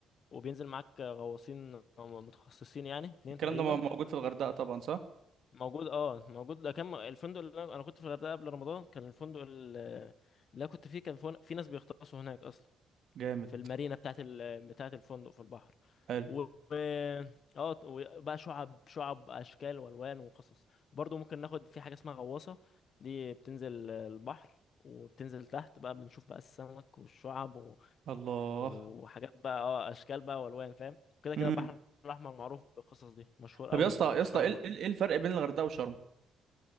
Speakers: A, on the left; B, on the right.
A: وبينزل معاك غواصين متخصصين يعني اتنين
B: الكلام
A: تقريبا
B: ده م- موجود في الغردقة طبعا صح؟
A: موجود اه موجود ده كان الفندق اللي انا أنا كنت في الغردقه قبل رمضان كان الفندق ال- اللي انا كنت فيه كان فن- في ناس بيغطسوا هناك اصلا
B: جامد
A: في المارينا بتاعت ال... بتاعت الفندق في البحر
B: حلو
A: و و- اه بقى شعب شعب اشكال والوان وقصص برضه ممكن ناخد في حاجه اسمها غواصه دي بتنزل البحر وبتنزل تحت بقى بنشوف بقى السمك والشعب
B: الله
A: وحاجات بقى اه اشكال بقى والوان فاهم كده
B: امم
A: كده البحر الاحمر معروف بالقصص دي مشهور
B: طب
A: قوي
B: يا اسطى
A: بالشعاب
B: يا اسطى ايه
A: المرجانيه
B: ال- ايه الفرق بين الغردقه وشرم